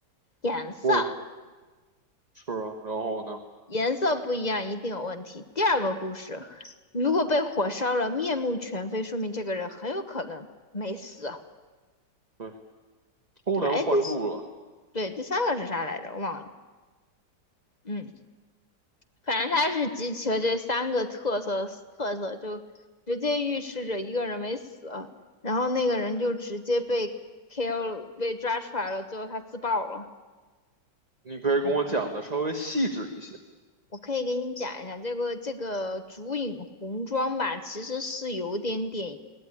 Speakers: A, on the left; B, on the right.
A: 颜色，
B: 哦，是啊，然后呢？
A: 颜色不一样一定有问题。第二个故事，如果被火烧了，面目全非，说明这个人很有可能没死，
B: 对，偷梁换柱了，
A: 对吧？哎，第四对第三个是啥来着？我忘了。嗯，反正他是集齐了这三个特色特色，就直接预示着一个人没死，然后那个人就直接被 KO 被抓出来了，最后他自爆了。
B: 你可以跟我讲的稍微细致一些，
A: 嗯。我可以给你讲一下这个这个烛影红妆吧，其实是有点点